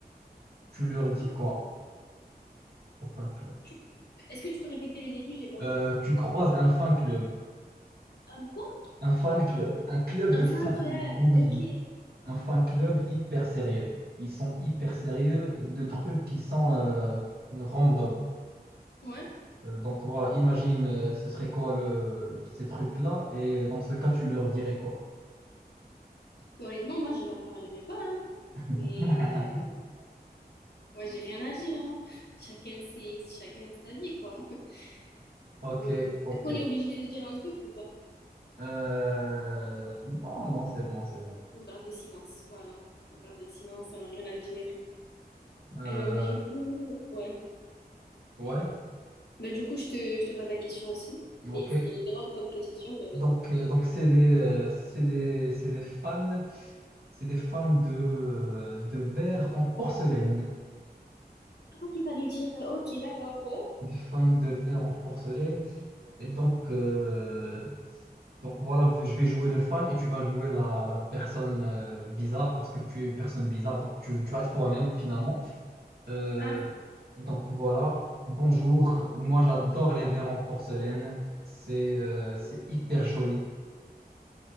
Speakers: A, on the right; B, on the left.
A: Tu leur
B: mhm.
A: dis quoi au fan club?
B: Tu- Est-ce que tu peux répéter le début? J'ai pas
A: Euh,
B: bien entendu.
A: tu croises un fan club,
B: Un quoi?
A: un fan club, un club de
B: Un
A: fans,
B: fan club,
A: oui.
B: ok.
A: un fan club hyper sérieux.
B: Ouais.
A: Ils sont hyper sérieux de trucs qui sont euh, random.
B: Ouais.
A: Euh, donc voilà, imagine, euh, ce serait quoi le, ces trucs-là, et dans ce cas, tu leur dirais quoi?
B: Mais honnêtement, moi, je leur parlerai pas, hein.
A: <laughs>
B: Mais moi, j'ai rien à dire, hein. Chacun ses... chacun sa vie, quoi. <laughs>
A: Ok,
B: Mais
A: ok.
B: Est-ce qu'on est obligé de dire un truc ou pas?
A: Euh, Non, non, c'est bon, c'est bon.
B: On garde le silence, voilà. On garde le silence, on n'a rien à dire.
A: Euh,
B: Euh, bah, du coup, ouais.
A: ouais,
B: Bah, du coup, je te, je te pose la question aussi.
A: ok.
B: C'est c'est drôle comme question, mais vas-y.
A: Donc, euh, donc c'est des, euh, c'est des, c'est des fans, c'est des fans de, euh, de verre en porcelaine.
B: Ah, ok, fallait dire, euh, ok, d'accord, ouais.
A: des fans de verre en porcelaine. Et donc, euh, donc voilà, je vais jouer le fan et tu vas jouer la, la personne euh, bizarre parce que tu es une personne bizarre, donc tu, tu vas être toi-même finalement. Euh,
B: Ah,
A: donc voilà, bonjour, moi j'adore les verres en porcelaine, c'est euh, c'est hyper joli.